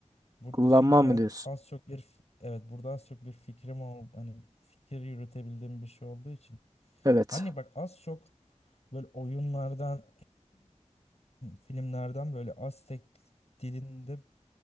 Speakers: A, on the left; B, on the right.
A: Burada
B: Kullanmam
A: çünkü
B: mı diyorsun?
A: az çok bir f- evet burada az çok bir fikrim ol hani fikir yürütebildiğim bir şey olduğu için.
B: Evet.
A: Hani bak az çok böyle oyunlardan filmlerden böyle Aztek dilinde